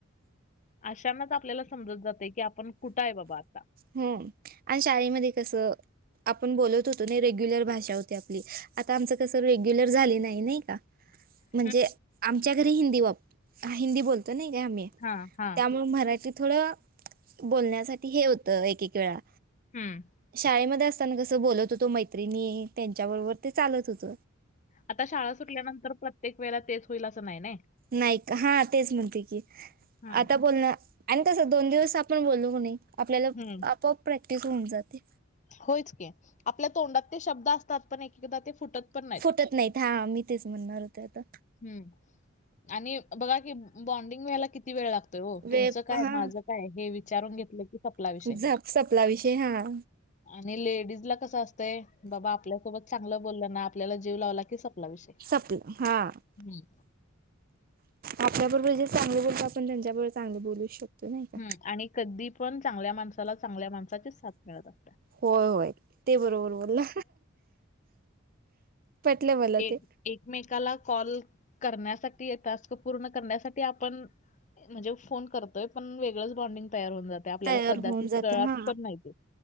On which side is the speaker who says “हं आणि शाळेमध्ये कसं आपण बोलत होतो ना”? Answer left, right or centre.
Right